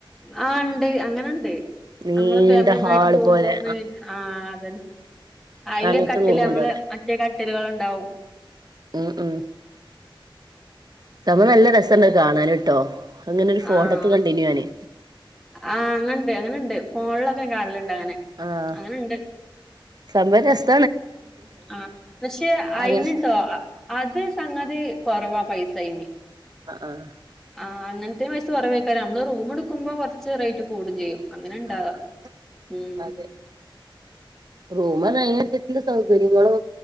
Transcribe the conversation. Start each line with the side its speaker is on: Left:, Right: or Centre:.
Centre: ആഹ് ഇണ്ട് അങ്ങനെണ്ട്
Right: നീണ്ട
Centre: നമ്മളെ ഫാമിലി ഒന്നായിട്ട്
Right: ഹാള്
Centre: പോകുമ്പോ
Right: പോലെ
Centre: ങ് ആഹ് അതെന്നെ അയ്ല്
Right: അങ്ങനത്തെ
Centre: കട്ടില്
Right: റൂമുണ്ടവിടെ
Centre: നമ്മള് മറ്റേ കട്ടില്കൾണ്ടാവും
Right: ഉ ഉ സമ്പവം നല്ല രസണ്ട് കാണാന്ട്ടോ അങ്ങനൊരു ഫോട്ടത്ത്
Centre: ആഹ്
Right: കണ്ടിനി ഞാന്
Centre: ആഹ് അങ്ങണ്ട് അങ്ങനെണ്ട് ഫോണിലൊക്കെ കാണല്ണ്ട് അങ്ങനെ
Right: ആഹ്
Centre: അങ്ങനെണ്ട്
Right: സമ്പവം രസ്
Centre: ആഹ് പക്ഷെ അയ്ന്ട്ടോ
Right: അങ്ങനെ
Centre: അത് സംഗതി കൊറവാ പൈസയ്ന്
Right: അ ആഹ്
Centre: ആഹ് അങ്ങൻത്തെ പൈസ കൊറവെക്കരം നമ്മള് റൂമ് ഇട്ക്കുമ്പോ കൊറച്ച് റേറ്റ് കൂടും ചെയ്യും അങ്ങനെ
Right: <inaudible>
Centre: ഉണ്ടാവാ ഉം
Right: റൂമർഞ അയിനൻസര്ച്ച്ള്ള സൗകര്യങ്ങളോ